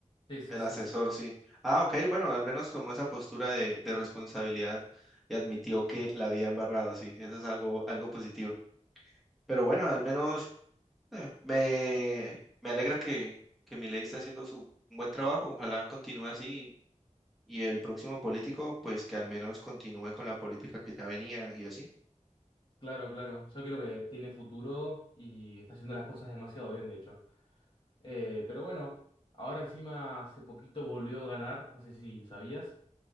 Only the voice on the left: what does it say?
Sí, sí,
sí,
sí.
Claro, claro. Yo creo que tiene futuro y está haciendo las cosas demasiado bien, de hecho. Eh, pero bueno, ahora encima hace poquito volvió a ganar, no sé si sabías.